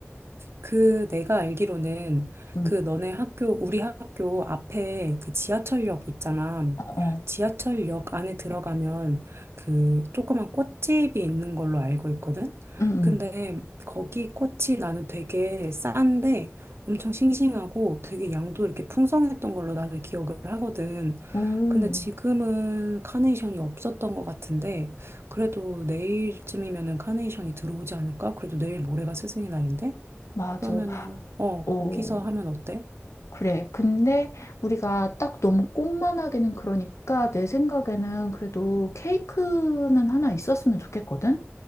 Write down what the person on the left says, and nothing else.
응.
어. 어.
응 응
오,
맞아.
어,
그래. 근데 우리가 딱 너무 꽃만 하기는 그러니까 내 생각에는 그래도 케이크는 하나 있었으면 좋겠거든?